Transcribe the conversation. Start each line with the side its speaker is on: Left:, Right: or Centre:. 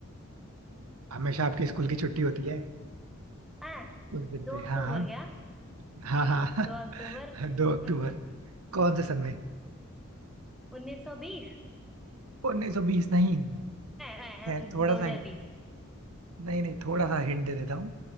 Right: हमेशा
Centre: ऐसे
Right: आपके
Centre: पता
Right: स्कूल
Centre: हो
Right: की
Centre: सकता
Right: छुट्टी होती है
Centre: हाँ
Right: उस दिन पे
Centre: दो
Right: हाँ
Centre: अक्टूबर क्या
Right: हाँ हाँ हाँ
Centre: दो अक्टूबर
Right: <laughs> दो अक्टूबर
Centre: <laughs>
Right: कौन से सन में
Centre: उन्नीस सौ बीस
Right: उन्नीस सौ बीस नहीं
Centre: दो
Right: खैर थोड़ा
Centre: हजार
Right: सा
Centre: बीस
Right: नहीं नहीं थोड़ा सा हिंट दे देता हूँ